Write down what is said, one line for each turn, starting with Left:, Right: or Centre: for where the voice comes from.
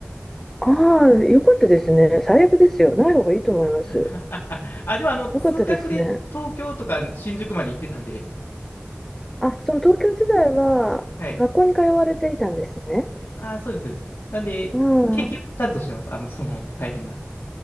Centre: ああ、よかったですね。最悪ですよ。ない方がいいと思います。
Left: <laughs> あ、でもあの、通学で東京とか新宿まで行ってたんで、
Centre: よかったですね。あ、その東京時代は学校に通われていたんですね。
Left: はい。ああ、そうです、そうです。なんで、
Centre: うん。
Left: 経験はちゃんとしてます。あの、その、大変な。